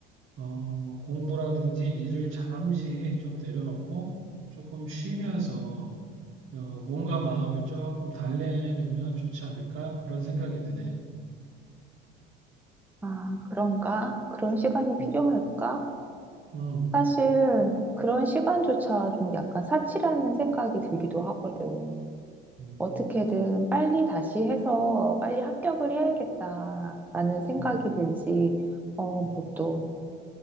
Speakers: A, on the right (about 45°); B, in the centre.
A: 어, 뭐 공부라든지 일을 잠시 좀 내려놓고 조금 쉬면서 어, 몸과 마음을 조금 달래면 좋지 않을까? 그런 생각이 드네.
B: 아, 그런가? 그런 시간이 필요할까?
A: 음, 음,
B: 사실 그런 시간조차 좀 약간 사치라는 생각이 들기도 하거든.
A: 음,
B: 어떻게든
A: 음,
B: 빨리 다시 해서 빨리 합격을 해야겠다라는 생각이
A: 음,
B: 들지. 어, 뭐또
A: 음,